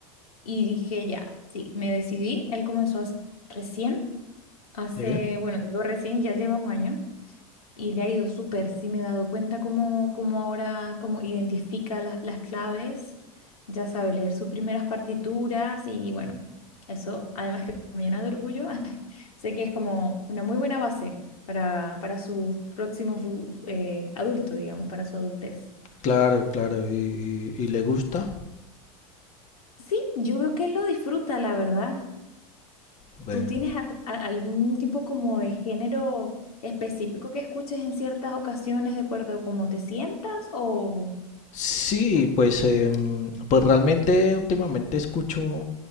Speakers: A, on the left (about 80°); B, on the left (about 40°).
A: y dije ya, sí, me decidí, él comenzó a- recién. Hace,
B: Sí.
A: bueno, te digo recién, ya lleva un año y le ha ido súper. Sí, me he dado cuenta cómo, cómo ahora, cómo identifica las, las claves, ya sabe leer sus primeras partituras y bueno, eso además que me llena de orgullo, <laughs> sé que es como una muy buena base para, para su próximo fu- eh, adulto, digamos, para su adultez.
B: Claro, claro, y, y- y le gusta.
A: Sí, yo veo que él lo disfruta, la verdad.
B: bueno,
A: ¿Tú tienes a- a- algún tipo como de género específico que escuches en ciertas ocasiones de acuerdo a cómo te sientas? O...
B: Sí, pues, em, pues realmente últimamente escucho